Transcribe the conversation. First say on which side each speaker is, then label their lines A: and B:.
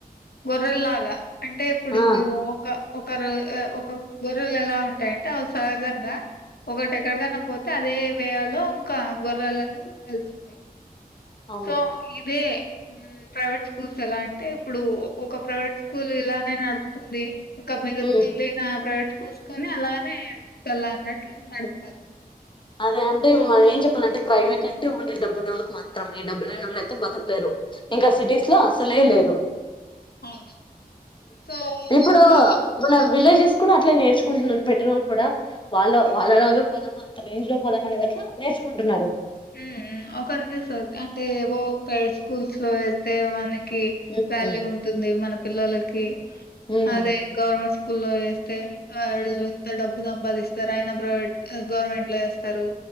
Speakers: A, on the left; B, on the left.
A: గొర్రెల్లాగా అంటే ఇప్పుడు
B: ఆ
A: నువ్వు ఒక ఒకరు ఒక గొర్రెలు ఎలా ఉంటాయంటే అవి సహజంగా ఒకటి ఎక్కడకన్నా పోతే అదే వేయాలో ఇంకా గొర్రాలన్నీ వెళ్తుంటాయి
B: అవును
A: సో ఇదే ప్రైవేట్ స్కూల్స్ ఎలా అంటే ఇప్పుడు ఒక ప్రైవేట్ స్కూల్ ఇలానే నడుపుతుంది ఇంక మీదట
B: ఉమ్
A: నుండి ఐనా ప్రైవేట్ స్కూ చూసుకొని అలానే తెలవన్నట్టు నడుపుతారు
B: అదే అంటే మనం ఏం చెప్పాలంటే ప్రైవేట్ అంటే ఓన్లీ డెబ్బునోలకి మాత్రమే డెబ్బులేనోలైతే బతకలేరు ఇంకా సిటీస్ లో అసలే లేదు
A: అవును సో
B: ఇప్పుడు
A: అలా
B: మన విలేజెస్ కూడా అట్లే నేర్చుకుంటున్నాను పెట్టిన వాళ్ళు కూడా వాళ్ళ వాళ్ళలాగే పోదామా అని రేంజ్లో పోదాం అనేది అట్లా నేర్చుకుంటున్నారు
A: హ్మ్ హ్మ్ ఒకరిని చూస్తే అంటే ఏవో ప్రైవేట్ స్కూల్స్ లో వేస్తమేమో అని
B: మ్మ్
A: వాల్యూ ఉంటుంది మన పిల్లలకి
B: మ్మ్
A: అదే గవర్నమెంట్ సు స్కూల్లో వేస్తే వాళ్ళు ఇంత డబ్బు సంపాదిస్తారు అయన ప్రైవేట్ గవర్నమెంట్ లో వేస్తారు